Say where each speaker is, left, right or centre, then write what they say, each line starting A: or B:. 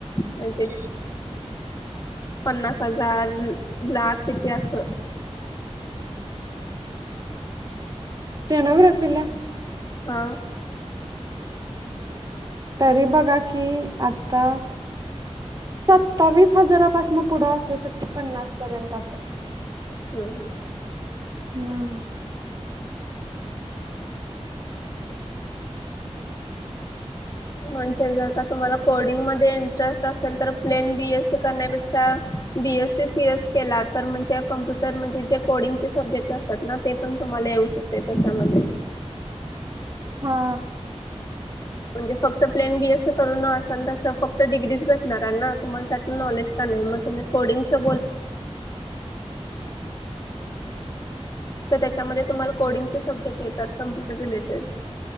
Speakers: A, on the left; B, on the right.
A: म्हणजे पन्नास हजार लाख किती अस
B: स्टोनोग्राफिला
A: हा
B: तरी बघा कि आता सत्तावीस हजारापासन पुढं असो शश पन्नास पर्यंत अस
A: हम हम
B: हम्म
A: म्हणजे जर का तुम्हाला कोडिंग मध्ये इंटरेस्ट असेल तर प्लेन बीएस सी करण्यापेक्षा बीएसी सी एस केला तर म्हणजे कम्प्युटर म्हणजे जे कोडिंगचे सब्जेक्ट असतात ना ते पण तुम्हालायेतच्याममध्ये
B: <inaudible> हा
A: म्हणजे फक्त प्लेन बीएस करून असेल फक्त डिग्रीज भेटणार ना तुम्हाला त्यातन नॉलेज का नाही तुम्ही कोंडाचा. त्याच्या तडंग सब्जेट कप्युर रिलेटे